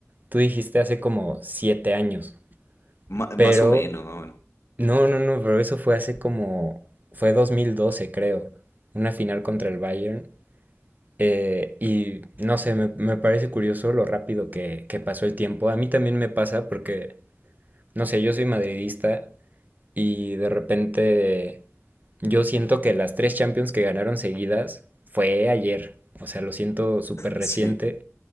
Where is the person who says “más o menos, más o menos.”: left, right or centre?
Left